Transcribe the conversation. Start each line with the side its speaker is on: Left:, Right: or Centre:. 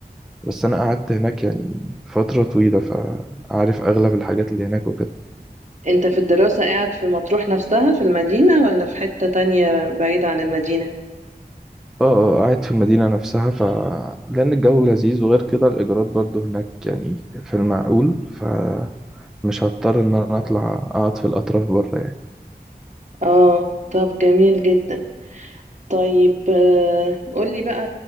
Centre: بس أنا قعدت هناك يعني فترة طويلة فعارف أغلب الحاجات اللي هناك وكده
Right: انت في الدراسة قاعد في مطروح نفسها في المدينة ولا في حتة تانية بعيدة عن المدينة
Centre: اه آه، قاعد في المدينة نفسها ف لأن الجو لذيذ وغير كده الإيجارات برضو هناك يعني في المعقول فمش هضطر إن أنا أطلع أقعد في الأطراف بره يعني
Right: اه طب جميل جدا طيب آه، قولي بقى